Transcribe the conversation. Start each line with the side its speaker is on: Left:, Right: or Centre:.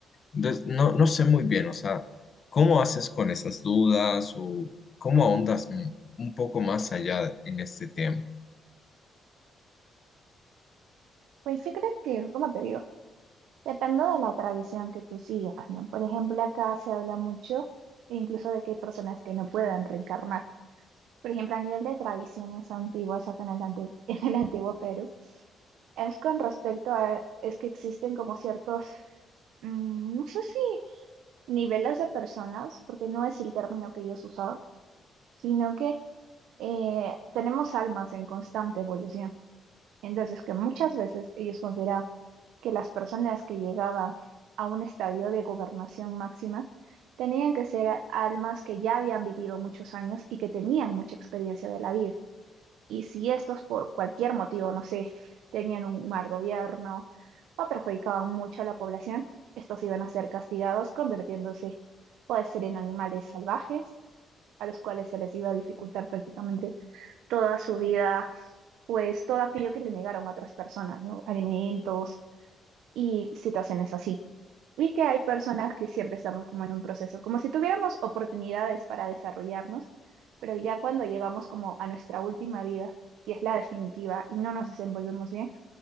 Left: Entonces, no, no sé muy bien, o sea, ¿cómo haces con esas dudas o cómo ahondas m- un poco más allá en este tema?
Right: Pues yo creo que, como te digo, depende de la tradición que tú sigas, ¿no? Por ejemplo, acá se habla mucho incluso de que hay personas que no pueden reencarnar. Por ejemplo, a nivel de tradiciones antiguas acá en el, ante- <laughs> en el antiguo Perú. Es con respecto a, es que existen como ciertos, mm, no sé si niveles de personas, porque no es el término que ellos usaban, sino que eh, tenemos almas en constante evolución. Entonces, que muchas veces ellos consideraban que las personas que llegaban a un estadio de gobernación máxima tenían que ser almas que ya habían vivido muchos años y que tenían mucha experiencia de la vida. Y si estos por cualquier motivo, no sé, tenían un mal gobierno o perjudicaban mucho a la población, estos iban a ser castigados convirtiéndose, puede ser en animales salvajes, a los cuales se les iba a dificultar prácticamente toda su vida, pues todo aquello que le negaron a otras personas, ¿no? Alimentos y situaciones así. Y que hay personas que siempre estamos como en un proceso, como si tuviéramos oportunidades para desarrollarnos, pero ya cuando llegamos como a nuestra última vida, y es la definitiva, y no nos desenvolvemos bien,